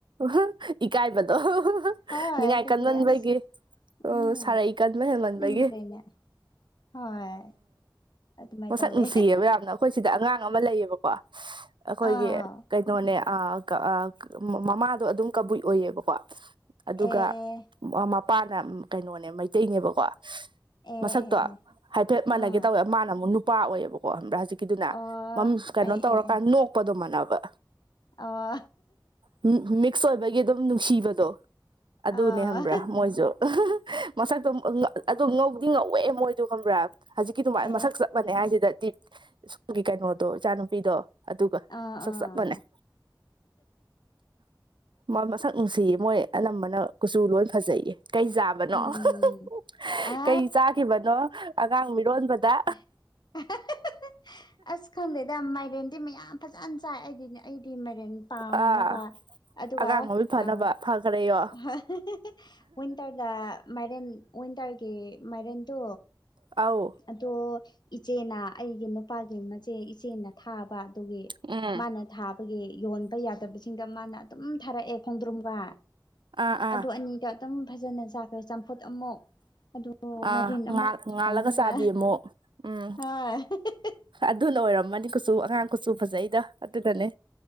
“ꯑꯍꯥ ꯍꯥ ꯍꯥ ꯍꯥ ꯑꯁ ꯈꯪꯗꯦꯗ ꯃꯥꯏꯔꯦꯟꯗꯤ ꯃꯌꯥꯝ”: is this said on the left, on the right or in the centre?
Left